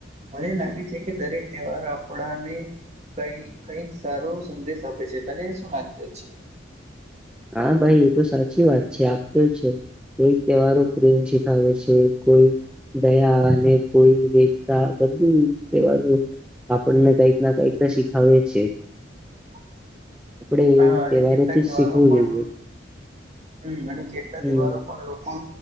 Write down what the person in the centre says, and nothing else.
હા ભાઈ એ તો સાચી વાત છે આપતો છે. કોઈ તહેવારો પ્રેમ શીખાવે છે કોઈ દયાને કોઇ એકતા. બધુ તહેવાર ઓએ આપણને કઈક ના કઈક શીખાવે છે.
આપણેે
એ
તહેવારોથી
જ
શીખવું
જોઈએ.
હમ